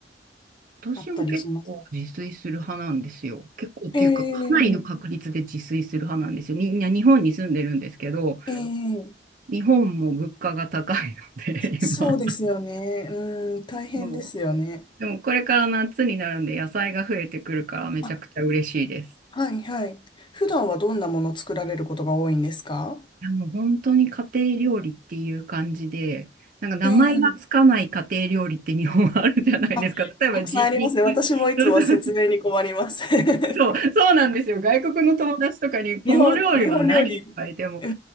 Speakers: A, on the right; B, on the left.
A: 私も結構自炊する派なんですよ。
B: あったりします。
A: 結構っていうか、
B: あ、ええ
A: かなりの確率で自炊する派なんですよ。みんな日本に住んでるんですけど、
B: ええ
A: 日本も物価が高いので、
B: そうですよね。
A: 今。
B: うん、大変ですよね。
A: もでもこれから夏になるんで野菜が増えてくるからめちゃくちゃ嬉しいです。
B: あ、はい、はい。普段はどんなもの作られることが多いんですか
A: いやもう本当に家庭料理っていう感じで、なんか名前がつかない家庭料理って日本はあるじゃないですか。
B: ええあ、
A: 例えばじ、
B: たくさんありますね。
A: 肉、
B: 私もいつも説明に困ります。
A: そうそう、
B: <laughs>
A: そうそうなんですよ。外国の友達とかに、この料理は何って言われても、
B: 日本、日本料理、う